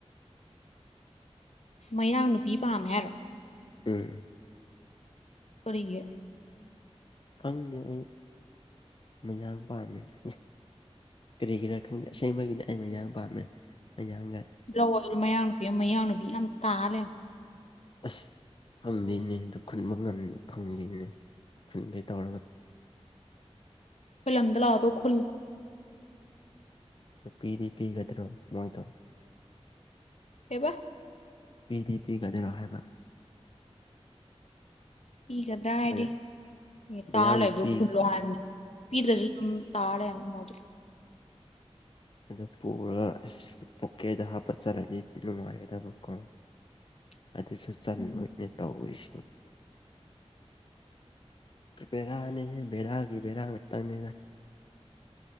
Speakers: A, on the left; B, on the left.
A: ꯃꯌꯥꯡ ꯅꯨꯄꯤ ꯄꯥꯝꯃꯦ ꯍꯥꯏꯔꯣ
B: ꯎꯝ
A: ꯀꯒ
B: ꯈꯪꯗꯦ ꯑꯩ ꯃꯩꯅꯥꯥꯡ ꯄꯥꯃꯤꯁ ꯀꯔꯤꯒꯤꯔꯥ ꯈꯪꯁꯦꯡꯕꯒꯤꯅ ꯑꯩ ꯃꯌꯥ ꯄꯥꯝꯃꯦ ꯃꯌꯥꯡꯒ
A: ꯕ꯭ꯂꯥꯎ ꯃꯌꯥꯡ ꯅꯨꯄꯤ ꯃꯌꯥꯡ ꯅꯨꯄꯤ ꯌꯥꯝ ꯇꯥꯜꯂꯦ
B: ꯑꯁ ꯈꯪꯗꯣꯏꯅꯦ ꯑꯗꯨ ꯈꯨꯟꯕ ꯉꯝ ꯈꯪꯗꯣꯏꯅꯦ ꯈꯨꯟꯈꯩ ꯇꯧꯔꯒ
A: ꯈꯨꯜꯗ ꯂꯥꯗꯣ ꯈꯜ
B: ꯄꯤꯗꯤ ꯄꯤꯒꯗ꯭ꯔꯣ ꯃꯣꯏꯗ
A: ꯍꯦꯕ
B: ꯄꯤ ꯗꯤ ꯄꯤ ꯖꯤ ꯔꯍꯃꯟ
A: ꯄꯤꯒꯗ꯭ꯔꯥ ꯍꯥꯏꯗꯤ
B: ꯃꯌꯥꯡ
A: ꯇꯥꯔ
B: ꯃꯌꯥꯡ
A: ꯂꯩꯕꯗꯣ
B: ꯅꯨꯄꯤ
A: ꯐꯨꯜꯂꯣ ꯍꯥꯏꯥꯟꯅꯤ ꯄꯤꯗ꯭ꯔꯁꯨ ꯑꯗꯨꯝ ꯇꯥꯔꯦ ꯑꯝꯕ ꯑꯗꯨ
B: ꯑꯗꯨ ꯄꯨꯔꯒ ꯑꯁ ꯄꯣꯀꯦꯠꯇ ꯍꯥꯞꯄ ꯆꯠꯂꯅꯤ ꯅꯨꯡꯉꯥꯏꯒꯗꯕꯀꯣ
A: <inaudible>
B: ꯑꯗꯨꯁꯨ ꯆꯟꯣꯏꯅꯦ
A: ꯎꯝ
B: ꯇꯧꯁꯤ
A: <inaudible>
B: ꯕꯦꯔꯥꯅꯤꯁꯦ ꯕꯦꯔꯥꯒꯤ ꯕꯦꯔꯥ ꯉꯥꯛꯇꯪꯅꯤꯅ